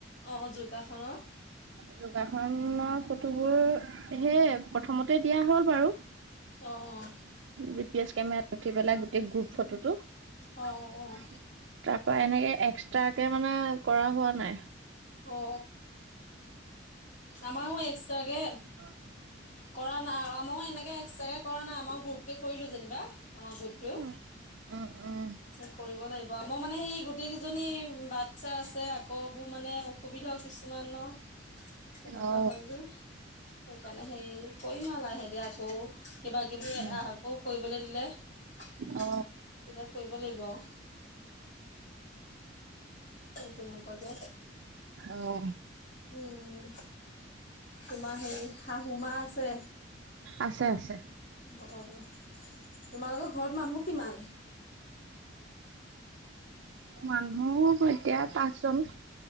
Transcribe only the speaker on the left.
অ, যোগাসনৰ।
অ, অ,
অ' অ'
অ'
অ, আমাৰও এক্সট্ৰাকে,
কৰা নাই অ মই এনেকে এক্সট্ৰাকে কৰা নাই আমাৰ গ্ৰুপ কে কৰিলো যেনিবা আমাৰ গোট টোৱেও।
পিছত কৰিব লাগিব মোৰ মানে সেই গোটেই কেইজনীৰ বাচ্ছা আছে আকৌ বোৰ মানে অসুবিধাও কিছুমানৰ। তেনেকুৱা
হয় যে সেইকাৰণে সেই কৰিম আৰু লাহে দিয়া আকৌ কিবা কিবি
আকৌ কৰিবলৈ দিলে তেতিয়া
কৰিব লাগিব আও। সেই তেনেকুৱাকে।
উম, তোমাৰ হেৰি শাহু মা আছে।
অ তোমালোকৰ ঘৰত মানুহ কিমান?